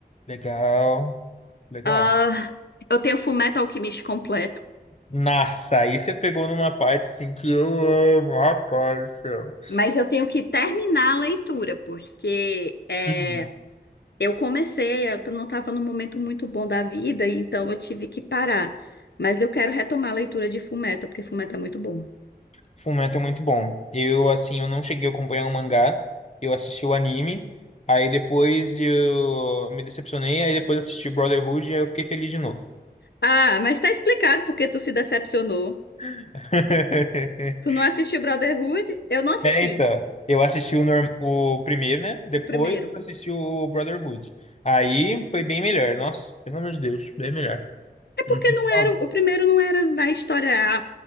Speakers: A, on the left; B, on the left.
A: Legal, legal.
B: Ah, eu tenho Fullmetal Alchemist completo,
A: Nossa, aí você pegou numa parte assim que eu amo, rapaz do céu.
B: mas eu tenho que terminar a leitura, porque é.
A: Uhum.
B: Eu comecei, eu não estava num momento muito bom da vida, então eu tive que parar. Mas eu quero retomar a leitura de Fullmetal, porque Fullmetal é muito bom.
A: Fullmetal é muito bom. Eu, assim, eu não cheguei a acompanhar o mangá, eu assisti o anime, aí depois eu me decepcionei, aí depois assisti Brotherhood e aí eu fiquei feliz de novo.
B: Ah, mas tá explicado porque tu se decepcionou.
A: <laughs>
B: Tu não assistiu Brotherhood? Eu não assisti
A: É, então, eu assisti o, norm- o primeiro, né? Depois
B: o primeiro.
A: eu assisti o Brotherhood. Aí foi bem melhor. Nossa, pelo amor de Deus, bem melhor.
B: É
A: Não
B: porque
A: tem
B: não
A: como.
B: era, o primeiro não era na história, a,